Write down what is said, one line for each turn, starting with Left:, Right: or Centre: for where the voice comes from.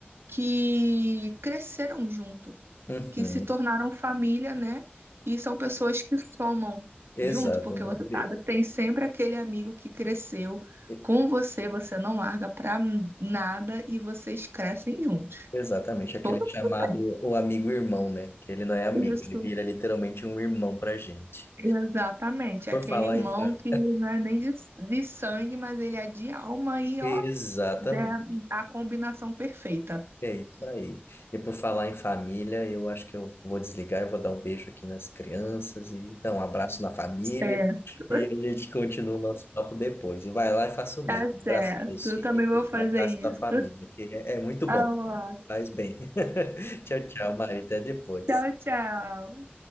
Right: que cresceram junto
Left: Uhum,
Right: que se tornaram família, né? E são pessoas que somam
Left: exato,
Right: junto, porque
Left: né?
Right: você
Left: E-
Right: sabe, tem sempre aquele amigo que cresceu
Left: e-
Right: com você, você não larga pra nada e vocês crescem juntos.
Left: Exatamente, aquele
Right: Todo
Left: chamado
Right: mundo tem.
Left: o amigo-irmão, né? Que ele não é amigo,
Right: Isso,
Left: ele vira literalmente um irmão pra gente.
Right: exatamente.
Left: Por
Right: Aquele
Left: falar
Right: irmão
Left: em família.
Right: que não é nem de, de sangue, mas ele é de alma e ó,
Left: Exatamente.
Right: é a combinação perfeita.
Left: É isso aí. E por falar em família, eu acho que eu vou desligar e vou dar um beijo aqui nas crianças e dar um abraço na família.
Right: É. <laughs>
Left: E a gente continua o nosso papo depois. E vai lá e faça o
Right: tá
Left: mesmo. Abraça
Right: certo.
Left: seus
Right: Eu
Left: filhos,
Right: também vou fazer
Left: abraça
Right: isso.
Left: sua família, que é é muito bom.
Right: Ah, lá.
Left: Faz bem. <laughs> Tchau, tchau, Mari. Até depois.
Right: tchau, tchau.